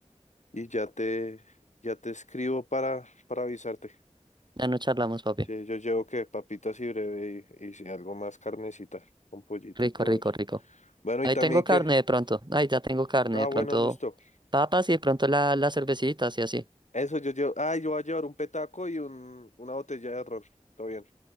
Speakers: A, on the left (about 65°); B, on the right (about 35°).
A: Y ya te, ya te escribo para, para avisarte.
B: Ya no charlamos, papi.
A: Sí, yo llevo que papitas y breve y, y si algo más carnecita con pollito
B: Rico,
A: y todo
B: rico,
A: eso.
B: rico.
A: Bueno,
B: Ahí
A: ¿y también
B: tengo
A: qué?
B: carne de pronto. Ahí ya tengo carne.
A: Ah,
B: De pronto
A: bueno, listo.
B: papas y de pronto la, las cervecitas y así.
A: Eso yo llevo. Ah, yo voy a llevar un petaco y un, una botella de ron. Todo bien.